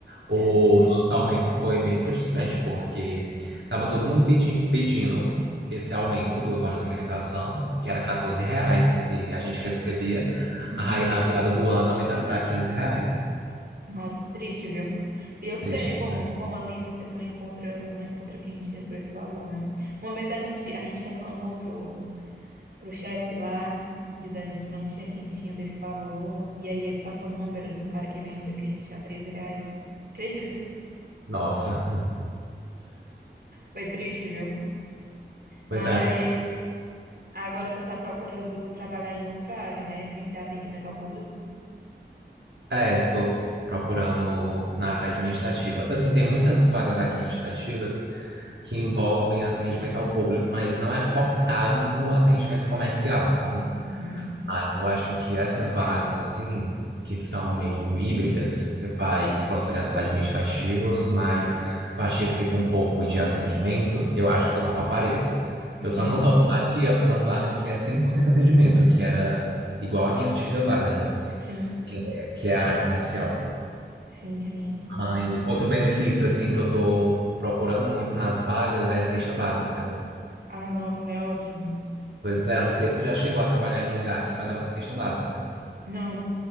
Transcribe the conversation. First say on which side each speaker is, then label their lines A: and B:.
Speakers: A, on the right; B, on the right.
A: O
B: Era triste.
A: nosso aumento foi bem frustrante, porque tava todo mundo pedi- pedindo esse aumento do vale alimentação, que era 14 reais que que a gente recebia.
B: Uhum.
A: Aí na virada do ano aumentaram para 15 reais.
B: Nossa, triste, viu? E eu
A: Triste.
B: sei como,
A: né?
B: como ali você não encontra, não encontra quentinha por esse valor, né? Uma vez a gente, a gente reclamou pro, pro chefe lá, dizendo que não tinha quentinha desse valor, e aí ele passou um número de um cara que vendia quentinha a 13 reais. Acredito.
A: Nossa.
B: Foi triste, viu? Mas
A: Pois é.
B: agora tu tá procurando trabalhar em outra área, né? Sem ser atendimento ao público.
A: É, tô procurando na área administrativa. Assim, tem muitas vagas administrativas que envolvem atendimento ao público, mas não é focado no atendimento comercial, sabe?
B: Uhum.
A: Aí eu acho que essas vagas, assim, que são meio híbridas, você faz processos administrativos, mas participa um pouco de atendimento, eu acho que eu toparia.
B: Uhum,
A: Eu só não toparia uma vaga que é 100% atendimento, que era igual à minha antiga vaga, né?
B: sim,
A: Que é, que é a área comercial.
B: sim, sim.
A: Ah, e outro benefício, assim, que eu tô procurando muito nas vagas é cesta básica.
B: Ah, nossa, é ótimo.
A: Pois é, eu não sei se tu já chegou a trabalhar em um lugar que pagava cesta básica.
B: Não,